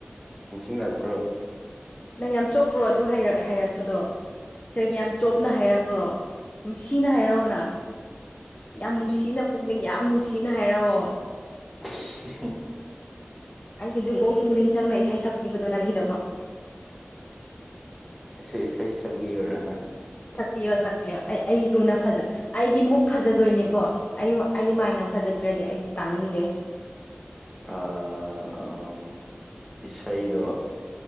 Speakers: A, in the centre; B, on the left.
A: ꯅꯤꯡꯁꯤꯡꯂꯥꯛꯄ꯭ꯔꯣ
B: ꯅꯪ ꯌꯥꯝ ꯆꯣꯞꯄ꯭ꯔꯣ ꯑꯗꯨꯛ ꯍꯥꯏꯔꯛꯄꯗꯣ ꯀꯩꯒꯤ ꯌꯥꯝ
A: ꯎꯝ
B: ꯆꯣꯞꯅ ꯍꯥꯏꯔꯛꯄ꯭ꯔꯣ ꯅꯨꯡꯁꯤꯅ ꯍꯥꯏꯔꯛꯑꯣꯅ ꯌꯥꯝ ꯅꯨꯡꯁꯤꯅ ꯄꯨꯛꯅꯤꯡ ꯌꯥꯝ ꯅꯨꯡꯁꯤꯅ ꯍꯥꯏꯔꯛꯑꯣ
A: <unintelligible>
B: ꯑꯩꯗꯤ ꯑꯗꯨꯐꯛ ꯄꯨꯛꯅꯤꯡ ꯆꯪꯅ ꯏꯁꯩ ꯁꯛꯄꯤꯕꯗꯣ ꯅꯪꯒꯤꯗꯃꯛ
A: ꯑꯩꯁꯨ ꯏꯁꯩ ꯁꯛꯕꯤꯌꯨꯔꯅ
B: ꯁꯛꯄꯤꯌꯣ ꯁꯛꯄꯤꯌꯣ ꯑꯩ ꯑꯩꯗꯨꯅ ꯐꯖ ꯑꯩꯒꯤ ꯃꯨꯛ ꯐꯖꯗꯣꯏꯅꯦꯀꯣ ꯑꯩ ꯑꯩ ꯃꯥꯏꯅ ꯐꯖꯗ꯭ꯔꯗꯤ ꯑꯩꯗꯤ ꯇꯥꯅꯤꯡꯗꯦ
A: ꯑ ꯏꯁꯩꯗꯣ